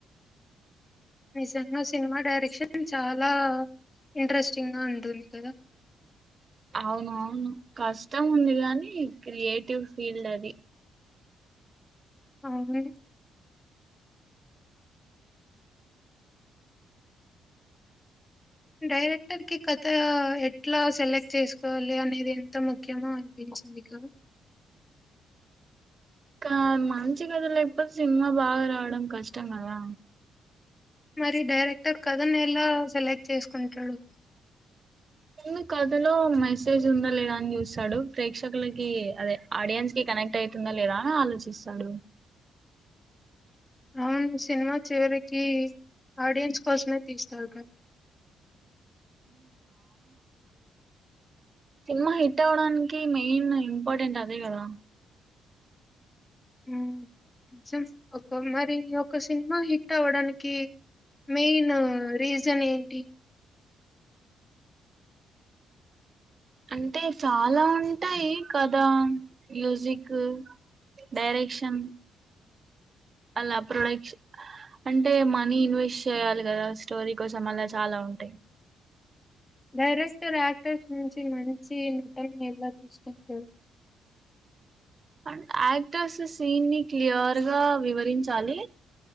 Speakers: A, on the left; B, on the right.
A: నిజంగా సినిమా డైరెక్షన్ చాలా ఇంట్రెస్టింగా ఉంటుంది కదా
B: అవును అవును కష్టం ఉంది గానీ క్రియేటివ్ ఫీల్డ్ అది
A: అవునే డైరెక్టర్ కి కథ ఎట్లా సెలెక్ట్ చేసుకోవాలి అనేది ఎంత ముఖ్యమో అనిపించింది గా
B: క మంచి కథలు ఎప్పుడు సినిమా బాగా రావడం కష్టం గాదా
A: మరి డైరెక్టర్ కథనేల సెలెక్ట్ చేసుకుంటాడు
B: ఉ కథలో మెసేజ్ ఉందా లేదా అని చూస్తాడు. ప్రేక్షకులకి అదే ఆడియన్స్ కి కనెక్ట్ అవుతుందా లేదా అని ఆలోచిస్తాడు.
A: అవును సినిమా చివరికి ఆడియన్స్ కోసమే <unintelligible>
B: సినిమా హిట్ అవడానికి మెయిన్ ఇంపార్టెంట్ అదే కదా
A: హ్మ్ ఒకే మరి ఒక సినిమా హిట్ అవడానికి మెయిన్ రీజన్ ఏంటి?
B: అంటే చాలా ఉంటాయి కథ మ్యూజిక్ డైరెక్షన్ అలా ప్రొడక్షన్ అంటే మనీ ఇన్వెస్ట్ చేయాలి కదా స్టోరీ కోసం అలా చాలా ఉంటాయి
A: డైరెక్టర్ యాక్టర్స్ నుంచి మంచి నటన ఎలా చూసుకుంటారు
B: అ యాక్టర్స్ సీన్ ని క్లియర్గా వివరించాలి